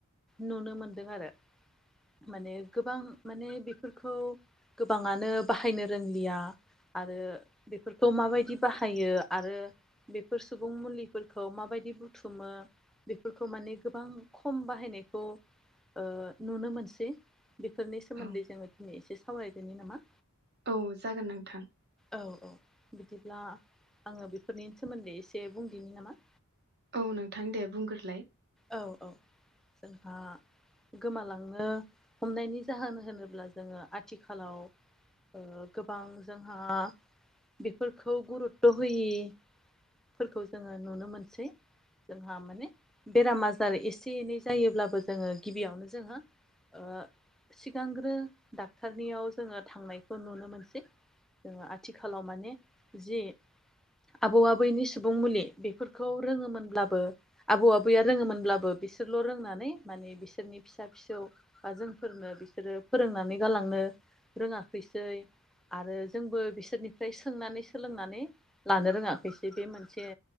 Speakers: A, in the centre; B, on the right (about 50°).
A: नुनो मोनदों आरो। माने गोबां माने बेफोरखौ गोबाङानो बाहायनो रोंलिया। आरो बेफोरखौ माबायदि बाहायो आरो बेफोर सुबुं मुलिफोरखौ माबायदि बुथुमो बेफोरखौ माने गो बां खम बाहायनायखौ ओ नुनो मोनसै। बेफोरनि सोमोन्दै
B: औ
A: जोङो दिनै एसे सावरायदोनि नामा?
B: औ जागोन नोंथां।
A: औ औ बिदिब्ला आङो बेफोरनि सोमोन्दै एसे बुंदिनि नामा?
B: औ नोंथां दे बुंगोरलाय।
A: औ औ जोंहा गोमालांनो हमनायनि जाहोन होनोब्ला जोङो आथिखालाव ओ गोबां जोंहा बेफोरखौ गुरुत्थ' होयि फोरखौ जोङो नुनो मोनसै जोंहा माने बेराम आजार एसे एनै जायोब्लाबो जोङो गिबियावनो जोहा ओ सिगांग्रो डाक्टरनियाव जोङो थांनायखौ नुनो मोनसै। ओ आथिखालाव माने जि आबौ आबैनि सुबुं मुलि बेफोरखौ रोङोमोनब्लाबो आबौ आब बैया रोङोमोनब्लाबो बिसोरल' रोंनानै माने बिसोरनि फिसा फिसौ बा जोंफोरनो बिसोरो फोरोंनानै गालांनो रोङाखैसै। आरो जोंबो बिसोरनिफ्राय सोंनानै सोलोंनानै लानो रोङाखैसै बे मोनसे